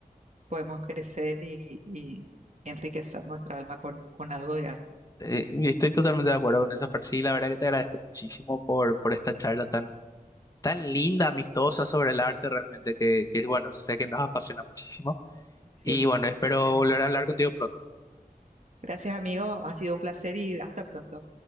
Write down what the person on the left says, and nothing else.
Eh, y estoy totalmente de acuerdo con esa frase y la verdad que te agradezco muchísimo por, por esta charla tan, tan linda, amistosa sobre el arte realmente, que, que bueno, sé que nos apasiona muchísimo y
bueno, espero
volver a hablar contigo pronto.